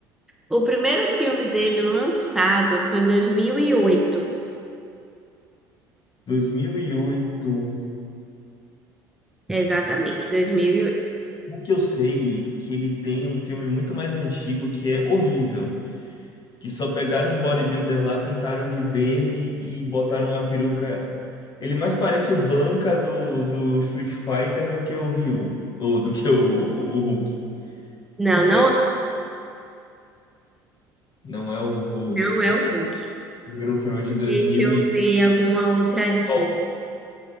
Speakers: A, in the centre; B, on the left (about 45°).
A: O primeiro filme dele lançado foi em 2008.
B: 2008.
A: Exatamente, 2008.
B: O que eu sei que ele tem um filme muito mais antigo que é horrível, que só pegaram um bodybuilder lá, pintaram de verde e botaram uma peruca. Ele mais parece o Blanca do, do Street Fighter do que o Ryu, ou do que o, o, o Hulk.
A: Não, não,
B: É, Não é o Hulk.
A: não é o Hulk.
B: Primeiro filme é de dois
A: Deixa
B: mil
A: eu
B: e...
A: ver alguma outra dica.
B: Thor,